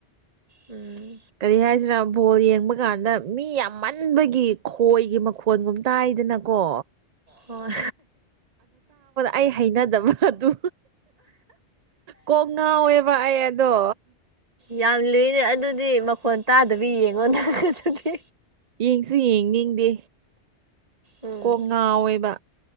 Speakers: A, on the right; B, on the right.
A: ꯎꯝ
B: ꯀꯔꯤ ꯍꯥꯏꯁꯤꯔꯥ ꯕꯣꯜ ꯌꯦꯡꯕ ꯀꯥꯟꯗ ꯃꯤ ꯌꯥꯝ ꯃꯟꯕꯒꯤ ꯈꯣꯏꯒꯤ ꯃꯈꯣꯟꯒꯨꯝ ꯇꯥꯏ ꯍꯥꯏꯗꯅꯀꯣ
A: ꯍ
B: ꯑꯩ ꯍꯩꯅꯗꯕ ꯑꯗꯨ ꯀꯣꯛ ꯉꯥꯎꯋꯦꯕ ꯑꯩ ꯑꯗꯣ
A: ꯌꯥꯝ ꯂꯨꯏꯅꯦ ꯑꯗꯨꯗꯤ ꯃꯈꯣꯟ ꯇꯥꯗꯕ ꯌꯦꯡꯉꯣ ꯅ ꯑꯗꯨꯗꯤ
B: ꯌꯦꯡꯁꯨ ꯌꯦꯡꯅꯤꯡꯗꯦ
A: ꯎꯝ
B: ꯀꯣꯡ ꯉꯥꯎꯏꯕ